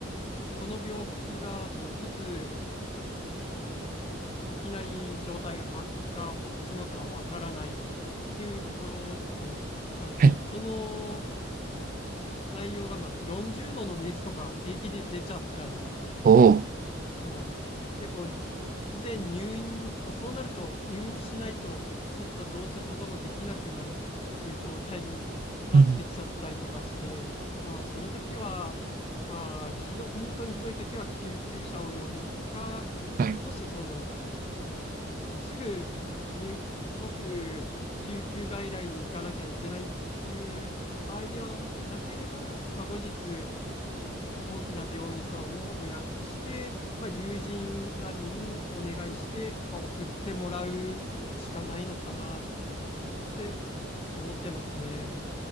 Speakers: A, on the left (about 30°); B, on the right (about 45°).
A: この病気が、その、いつ、い、いきなり状態が悪化するのかがわからないっていうところですね。まあ、
B: はい。
A: その内容が、まあ、40度の熱とか平気で出ちゃったり、
B: おお。
A: もう結構突然入院、まあそうなると入院しないとちょっとどうすることもできなくなるっていう状態になってきちゃったりとかして、
B: うん。
A: まあその時は、まあひど、本当にひどい時は救急車を呼ぶか、
B: はい。
A: もしそのすぐ入、即救急外来に行かなきゃいけないっていう場合ではなければ、まあ後日大きな病院さんを予約して、まあ、友人なりにお願いして、まあ、送ってもらうしかないのかなって思ってますね。